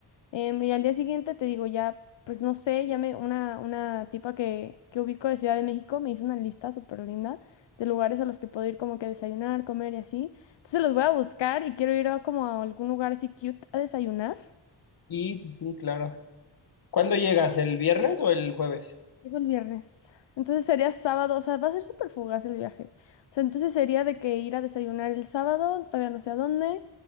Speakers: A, on the left (about 75°); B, on the left (about 50°).
A: Em, y al día siguiente te digo, ya, pues no sé, ya me, una, una tipa que, que ubico de Ciudad de México me hizo una lista súper linda de lugares a los que puedo ir como que a desayunar, comer y así. Entonces los voy a buscar y quiero ir a como a algún lugar así cute a desayunar.
B: sí, sí, sí, claro. ¿Cuándo llegas? ¿El viernes o el jueves?
A: Llego el viernes. Entonces sería sábado, o sea, va a ser súper fugaz el viaje. O sea, entonces sería de que ir a desayunar el sábado, todavía no sé a dónde,